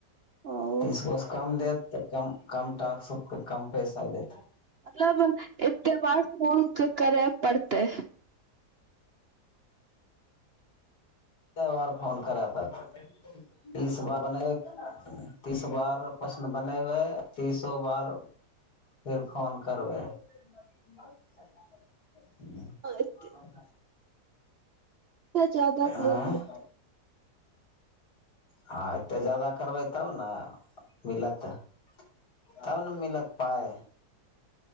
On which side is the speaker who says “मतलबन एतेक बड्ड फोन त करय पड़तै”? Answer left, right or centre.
Right